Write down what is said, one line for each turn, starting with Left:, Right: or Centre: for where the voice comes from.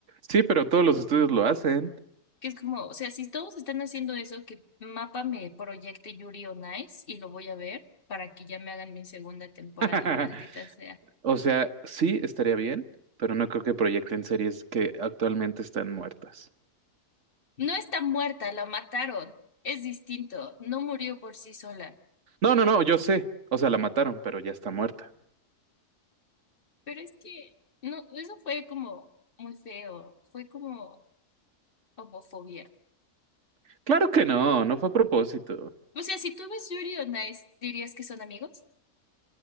Right: Sí, pero todos los estudios lo hacen.
Left: Que es como, o sea, si todos están haciendo eso, que Mapa me proyecte Yuri on Ice y lo voy a ver para que ya me hagan mi segunda temporada,
Right: <laughs>
Left: maldita sea.
Right: O sea, sí estaría bien, pero no creo que proyecten series que actualmente están muertas.
Left: No está muerta, la mataron. Es distinto, no murió por sí sola.
Right: No, no, no, yo sé. O sea, la mataron, pero ya está muerta.
Left: Pero es que, no, eso fue como muy feo, fue como homofobia.
Right: Claro que no, no fue a propósito.
Left: O sea, si tú ves Yuri on Ice, ¿dirías que son amigos?